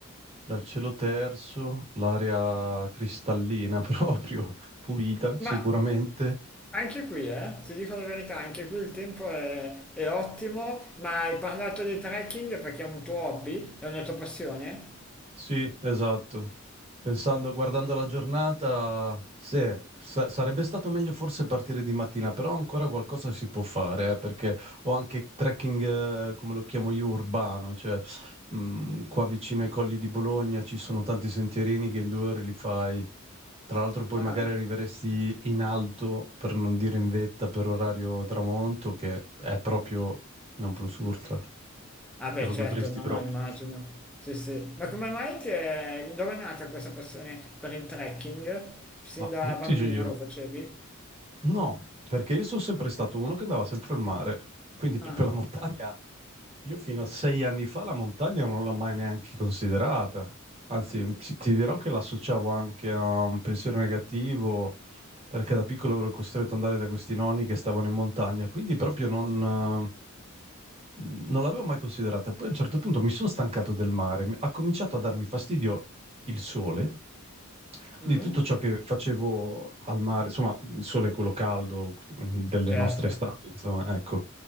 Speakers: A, on the right; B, in the centre.
A: dal cielo terzo, l'aria cristallina <laughs> proprio, pulita
B: Ma
A: sicuramente,
B: anche qui, eh, ti dico la verità, anche qui il tempo è, è ottimo, ma hai parlato di trekking perché è un tuo hobby, è una tua passione?
A: Sì, esatto. Pensando, guardando la giornata, sì, sa- sarebbe stato meglio forse partire di mattina, però ancora qualcosa si può fare, eh, perché ho anche trekking, eh, come lo chiamo io, urbano, cioè mh, qua vicino ai colli di Bologna ci sono tanti sentierini che in due ore li fai. Tra l'altro poi
B: Ah,
A: magari arriveresti in alto, per non dire in vetta, per orario tramonto, che è proprio non plus ultra,
B: ah beh,
A: te lo
B: certo,
A: godresti
B: no,
A: proprio.
B: no, immagino. Sì, sì. Ma come mai ti è... dove è nata questa passione per il trekking? Sin
A: Ma
B: da
A: io
B: bambino
A: ti giuro,
B: lo facevi?
A: No, perché io sono sempre stato uno che andava sempre al mare, quindi proprio
B: Ah,
A: la montagna. Io fino a sei anni fa la montagna non l'ho mai neanche considerata. Anzi, ti ti dirò che l'associavo anche a un pensiero negativo, perché da piccolo ero costretto ad andare da questi nonni che stavano in montagna, quindi proprio non, non l'avevo mai considerata. Poi a un certo punto mi sono stancato del mare, mi- ha cominciato a darmi fastidio il sole, quindi
B: mm?
A: tutto ciò che facevo al mare, insomma, il sole è quello caldo mm, delle
B: Certo.
A: nostre estati, insomma, ecco,